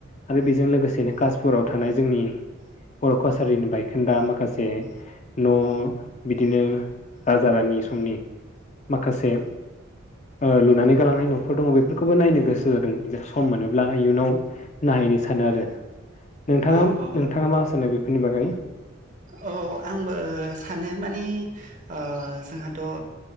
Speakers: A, on the left; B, on the right.
A: आरो बेजों लोगोसेनो कासपुराव थानाय जोंनि बर' कसारिनि बायखोन्दा माखासे न' बिदिनो राजा रानि समनि माखासे ओ लुनानै गालांनाय न'फोर दङ' बेफोरखौबो नायनो गोसो जादों दा सम मोनोब्ला इयुनाव नाहैनो सानो आरो नोंथाङा
B: औ औ
A: नोंथाङा मा सानो बेफोरनि बागै
B: औ आंबो सानो मानि ओ-जोंहाथ'